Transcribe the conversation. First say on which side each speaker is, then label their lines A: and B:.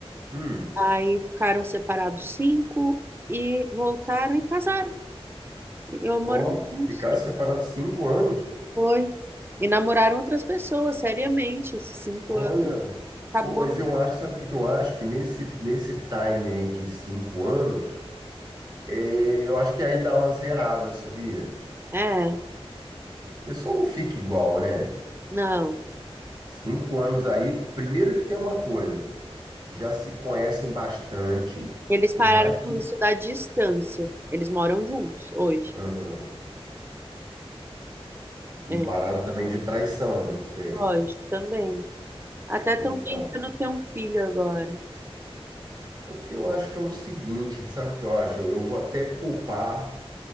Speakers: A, on the right (about 45°); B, on the right (about 20°).
A: Hum,
B: Aí ficaram separados cinco e voltaram e casaram. E moram
A: ó,
B: juntos
A: ficaram
B: depois.
A: separados cinco anos.
B: foi. E namoraram outras pessoas, seriamente. Esses cinco
A: Olha,
B: anos. Acabou.
A: pô, mas eu acho, sabe o que que eu acho? Que nesse, nesse time aí de cinco anos. É, eu acho que aí dá uma zerada, sabia?
B: É,
A: A pessoa não fica igual, né?
B: não.
A: Cinco anos aí, primeiro que tem uma coisa, já se conhecem bastante,
B: Eles pararam
A: por mais que.
B: com isso da distância. Eles moram juntos hoje.
A: Aham. E
B: É,
A: pararam também de traição, né? Não sei.
B: lógico, também. Até estão
A: Então,
B: tentando ter um filho agora.
A: o que eu acho que é o seguinte, sabe o que eu acho? Eu, eu vou até culpar,